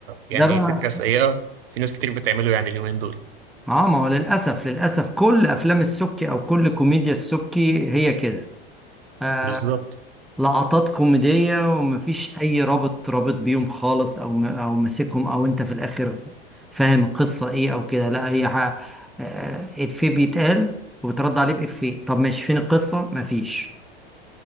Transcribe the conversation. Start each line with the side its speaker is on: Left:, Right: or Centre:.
Right: يعني
Centre: ده بقى
Right: فكرة سيئة في ناس كتير بتعمله يعني اليومين دول
Centre: اه ما هو للاسف للاسف كل افلام السبكي او كل كوميديا السبكي هي كده آه،
Right: بالظبط
Centre: لقطات كوميدية ومفيش أي رابط رابط بيهم خالص أو م- أو ماسكهم أو أنت في الآخر فاهم القصة إيه أو كده لا هي ح- آه، إفيه بيتقال وبترد عليه بإفيه طب ماشي فين القصة مفيش